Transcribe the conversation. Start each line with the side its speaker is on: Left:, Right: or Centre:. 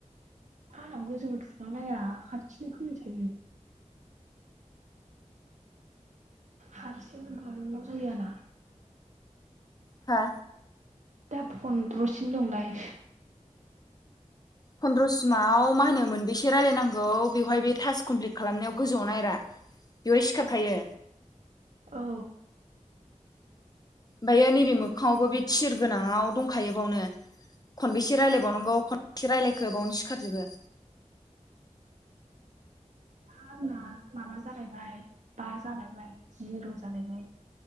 Right: आंनाव गोजौ थुफांलाया हाथिनो फैबाय थायो। हारसिंनो गोलाव जायो आरो।
Left: हा?
Right: दा फन्द्र'सिम दं लाइफ।
Left: फन्द्रसिमाव मा होनोमोन बेसे रायलायनांगौ बेवहाय बे थास्क कमप्लिट खालामनायाव गोजौआव नाय रा। बेवाय सिखारखायो।
Right: औ
Left: ओमफायो नैबे मोखाङावबो बे थिर गोनाङाव दंखायो बावनो खनबेसे रायलायबावनांगौ खनबसे रायलायखो बावनो सिखारजोबो।
Right: दा आंना माबा जालायबाय बा जालायबाय जिर' जालायबाय।